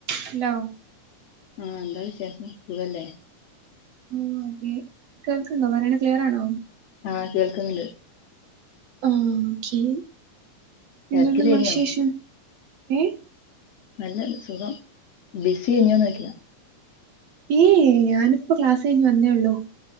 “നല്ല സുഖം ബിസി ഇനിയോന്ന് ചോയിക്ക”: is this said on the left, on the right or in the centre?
Left